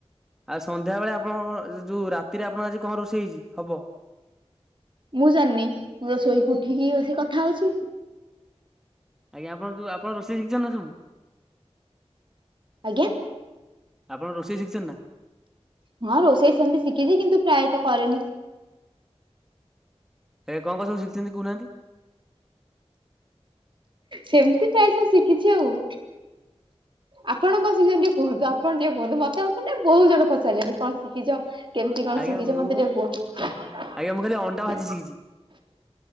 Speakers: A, in the centre; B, on the right.
A: ଆଉ ସନ୍ଧ୍ୟାବେଳେ ଆପଣଙ୍କ ଯେଉଁ ରାତିରେ ଆପଣଙ୍କ ଆଜି କଣ ରୋଷେଇ ହେଇଛି ହବ?
B: ମୁଁ ଜାଣିନି ମୁଁ ବା ଶୋଇକି ଉଠିକି ବସିି କଥା ହଉଛି।
A: ଆଜ୍ଞା ଆପଣ ଯୋଉ ଆପଣ ରୋ ଷେଇ <unintelligible>
B: ଆଜ୍ଞା।
A: ଆପଣ ରୋଷେଇ ଶିଖିଛନ୍ତି ନା?
B: ହଁ ରୋଷେଇ ସେମିତି ଶିଖିଛି କିନ୍ତୁ ପ୍ରାୟତଃ କରେନି।
A: ଏ କଣ କଣ ସବୁ ଶିଖିଛନ୍ତି କହୁନାହାନ୍ତି?
B: ସେମିତି ପ୍ରାୟ ସବୁ ଶିଖିଛି ଆଉ। ଆପଣ କଣ ଶିଖିଛନ୍ତି ଟିକେ କହନ୍ତୁ। ଆପଣ ଟିକେ କହନ୍ତୁ ମତେ <unintelligible> ବହୁଜଣ ପଚାରିଲେ କଣ ଶିଖିଛ କେମତି କଣ
A: ଆଜ୍ଞା
B: ଶିଖିଛ
A: ମୁଁ
B: ମତେ ଟିକେ କୁହ?
A: ଆଜ୍ଞା ମୁଁ ଖାଲି ଅଣ୍ଡା ଭାଜି ଶିଖିଛି